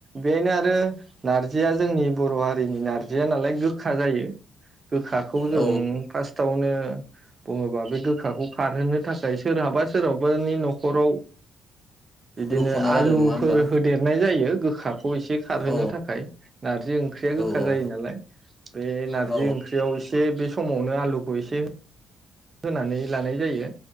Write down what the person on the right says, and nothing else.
बेनो आरो नारजिया जोंनि बर' हारिनि नारजिया नालाय गोखा जायो। गोखाखौ जों
फार्स्टआवनो ओ बुंङोबा बे गोखाखौ खारहोनो थाखाय सोरहाबा सोरहाबानि न'खराव बिदिनो
आलुफोर
होदेरनाय जायो गोखाखौ एसे खारहोनो
थाखाय नारजि ओंख्रिया गोखा
जायो नालाय बे नारजि
ओंख्रियाव एसे बे समावनो आलुखौ एसे होनानै लानाय जायो